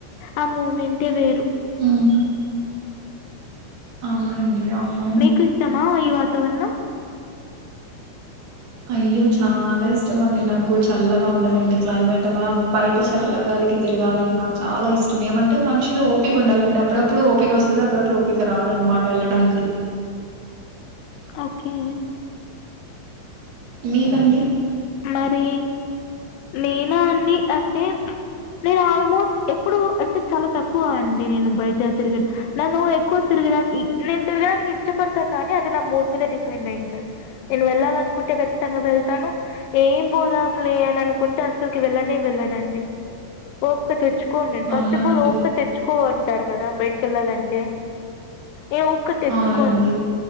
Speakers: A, on the left; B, on the right.
A: ఆహ్ మూమెంటే వేరు.
B: ఉమ్. అవునండి. అవును
A: మీకు ఇష్టమా ఈ వాతావరణం.
B: అయ్యో చాలా ఇష్టం అండి నాకు చల్లగా ఉండాలంటే క్లైమేట్. ఆహ్ బయట చల్లగాలికి. తిరగాలన్న చాలా ఇష్టం ఏమంటే మనుషులకి ఓపిక ఉండాలండి అప్పుడప్పుడు ఓపిక వస్తది అప్పుడప్పుడు ఓపకి రాదు. మాట వెళ్ళడానికి.
A: ఓకే.
B: మీకండి.
A: మరి నేనా అండి అన్ని అంటే. నేను ఆల్మోస్ట్ ఎప్పుడు అంటే చాలా తక్కువ అండి నేను బయట తిరగాడం నన్ను ఎక్కువ తిరు. నేను తిగడానికి ఇష్టపడతా కానీ అది నా మూడు మీద డిపెండ్ అయింటంది నేను వెళ్ళాలనుకుంటే. ఖచ్చితంగా వెళ్తాను. ఏం పోదాంలే అని అనుకుంటే అసలుకి వెళ్ళనే వెళ్ళనండి ఓపిక తెచ్చు. కో నేను ఫస్ట్
B: అవునా
A: ఆఫ్
B: అండి
A: ఆల్ ఓపీక తెచ్చుకోంటారు కదా బయటికేళ్ళాలంటే ఏ ఒక్క తెచ్చుకోను
B: అవునండి